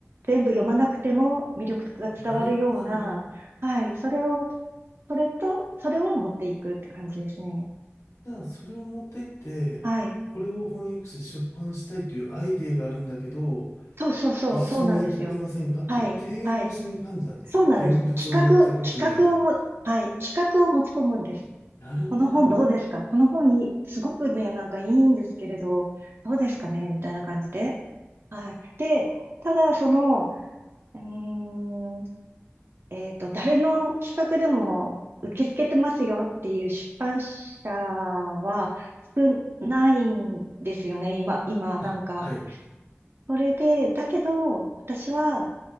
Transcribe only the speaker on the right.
全部読まなくても魅力が伝わるような、
はい、それを、それと、それを持っていくって感じですね。
はい。
そうそうそう、
そうなんですよ。はい、はい。そうなんです。
企画、企画をも、はい、企画を持ち込むんです。
この本どうですかこの本いい、すごくね、なんかいいんですけれど、どうですかねみたいな感じで。はい。で、ただ、その、うーん、えっと、誰の企画でも受け付けてますよっていう出版社は少ないんですよね、今、今、
なんか。
それで、だけど、私は、